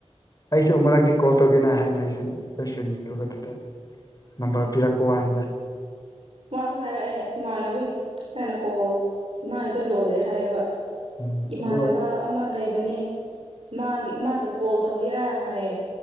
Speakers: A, on the left (about 35°); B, on the right (about 55°).
A: ꯑꯩꯁꯨ ꯃꯔꯛꯇꯤ ꯀꯣꯜ ꯇꯧꯒꯦꯅ ꯍꯥꯢꯅ ꯑꯩꯁꯨ ꯂꯣꯢꯁꯟꯂꯨꯕꯗꯨꯗ ꯅꯝꯕꯔ ꯄꯤꯔꯛꯄ ꯋꯥꯅꯤꯗ
B: ꯃꯥꯁꯨ ꯍꯥꯏꯔꯑꯦ ꯏꯃꯥꯟꯅꯕꯒꯤ ꯑꯩꯅ ꯀꯣꯜ ꯃꯥꯒꯤꯗꯣ ꯂꯣꯢꯔꯦ ꯍꯥꯢꯌꯦꯕ
A: ꯎꯝ
B: ꯏꯃꯥꯟꯅꯕ
A: ꯑꯗꯣ
B: ꯑꯃ ꯂꯩꯕꯅꯤ ꯃꯥꯒꯤ ꯃꯥꯒ ꯀꯣꯜ ꯇꯧꯒꯦꯔꯥ ꯍꯥꯢꯌꯦ